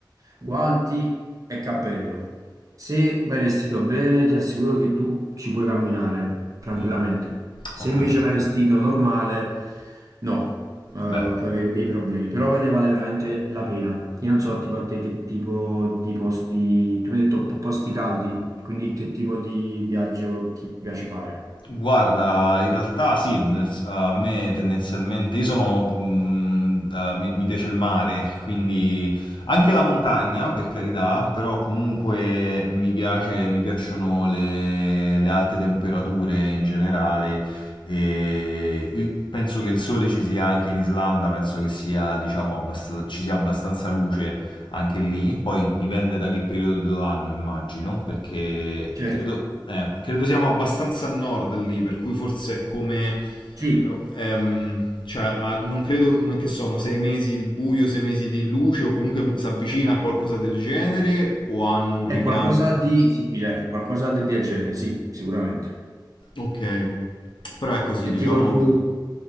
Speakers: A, on the right (about 45°); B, on the left (about 75°).
A: guanti e cappello. Se vai vestito bene, ti assicuro che tu ci puoi camminare tranquillamente.
B: Mm,
A: Se
B: ho capito.
A: invece vai vestito normale, no eh,
B: Beh,
A: puoi avere dei
B: ok.
A: problemi, però ne vale veramente la pena. Io non so, tipo a te che tipo di posti, tu mi hai detto po- posti caldi, quindi che tipo di viaggio ti piace fare?
B: Guarda, in realtà sì, nel s- a me tendenzialmente, io sono, mh, eh, mi, mi piace il mare, quindi anche la montagna, per carità, però comunque mi piace, mi piacciono le, le alte temperature in generale e il- penso che il sole ci sia anche in Islanda, penso che sia, diciamo, abbast- ci sia abbastanza luce anche lì, poi dipende da che periodo dell'anno immagino, perché
A: Certo,
B: credo, eh, credo siamo abbastanza a nord lì, per cui forse è come...
A: sì,
B: eh, ehm, cioè, a- non credo no- che sono sei mesi di buio, sei mesi di luce, o comunque si avvicina a qualcosa del genere, o hanno un
A: è
B: ricambio...
A: qualcosa di simile, qualcosa de- del genere, sì, sicuramente.
B: Ok, però è così,
A: E
B: diciamo
A: tipo tu,
B: che...